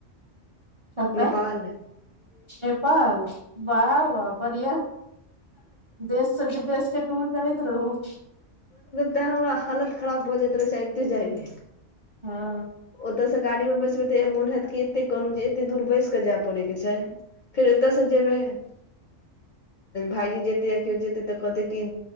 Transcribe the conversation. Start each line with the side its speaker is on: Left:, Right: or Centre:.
Right: कतऽ
Left: नेपाल
Right: नेपाल वाह वाह बढ़िआ देश से विदेश के टूर करैत रहू
Left: ततैं हमरा हालत खराब भऽ जाइत रहै छै अबिते जाय मे
Right: हँ
Left: ओतयसँ गाड़ी मे बैसबै तऽ मोन हैत कि एते कहलहुँ जे एतेक दूर बैस कऽ जाय पड़ेके छै फेर एतय से जेबै भाईजी जेतै आ किओ जेतै तऽ कहतै की